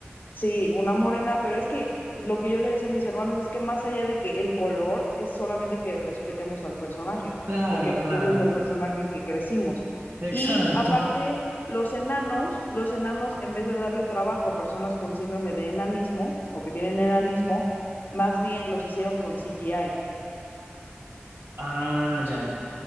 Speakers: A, on the left; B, on the right.
A: Sí, una morena, pero es que lo que yo le decía a mis hermanos es que más allá de que el color es solamente que respetemos al personaje,
B: Claro,
A: porque pues
B: claro,
A: ese es el personaje que crecimos.
B: exacto.
A: Y aparte, los enanos, los enanos en vez de darle trabajo a personas con síndrome de enanismo o que tienen enanismo, más bien los hicieron con CGI.
B: Ah, ya.